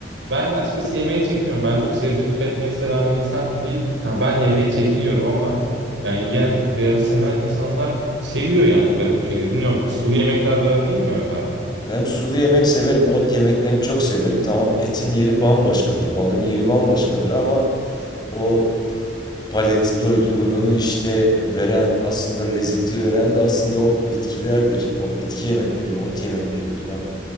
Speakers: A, on the right; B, on the left.
A: Ben açıkçası yemeğe çekiniyorum. Ben çok sebze tüketmeyi seven bir insan değilim. Ha, ben yemeğe çekiniyorum ama yani yiyen veya seven insanlar seviyor yani garip bir şekilde. Bilmiyorum sulu yemeklerle aran iyi mi Mehmet abi?
B: Ben sulu yemek severim, ot yemeklerini çok severim. Tamam etin yeri bambaşkadır, balığın yeri bambaşkadır ama o Palet doygunluğunu, işte, veren, aslında lezzeti veren de aslında o bitkilerdir. O bitki yemekleri, ot yemekleridir. Ben